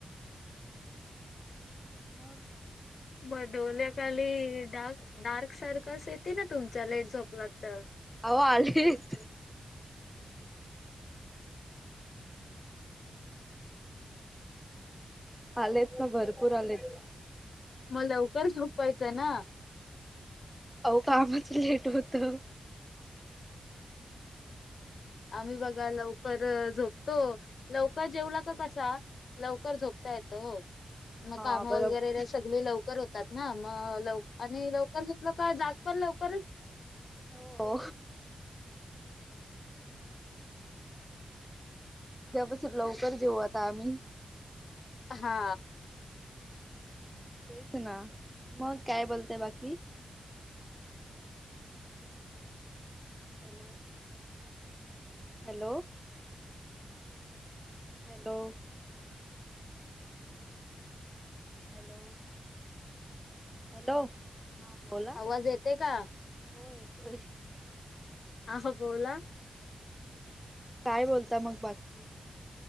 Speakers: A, in the centre; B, on the left.
A: मग
B: म डोल्याखाली डार्क डार्क सर्कल्स येते ना तुमच्या लाईट झोपले तर
A: अहो आलेत. आलेत ना भरपूर आलेत.
B: मग लवकर झोपवायचं ना
A: अह कामच लेट होत.
B: आम्ही बघा ल कर झोपतो लवकर जेवला का कसा लवकर झोपता येतं हो मग
A: हा
B: काम वगैरे
A: बरोबर.
B: सगळे लवकर होतात. मग आणि लवकर झोपलं का जाग पण लवकर
A: हो उद्यापासून लवकर देेऊ आता आम्ही
B: हा
A: तेच ना मग काय बोलतय बाकी hello hello hello hello! Hello हा बोला
B: आवाज येते का
A: हो येतोय.
B: आो बला!
A: काय बोलता मग बाकीकी.